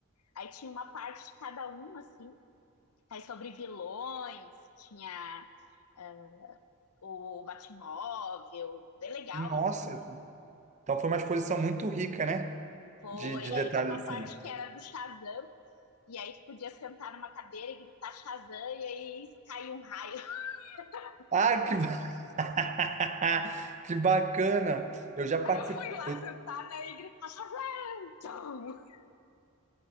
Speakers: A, on the left; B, on the right.
A: Aí tinha uma parte de cada um, assim. Aí sobre vilões, tinha é, o Batmóvel, bem legal,
B: Nossa,
A: assim.
B: então foi uma exposição muito rica, né?
A: Foi.
B: De, de detalhes
A: Aí tinha uma
B: assim.
A: parte que era do Shazam, e aí tu podia sentar numa cadeira e gritar Shazam, e aí caiu um raio. <laughs>
B: Ah, que, ba- <laughs> que bacana! Eu já
A: Aí
B: participei.
A: eu fui lá sentar, né, e gritar Shazam! <laughs>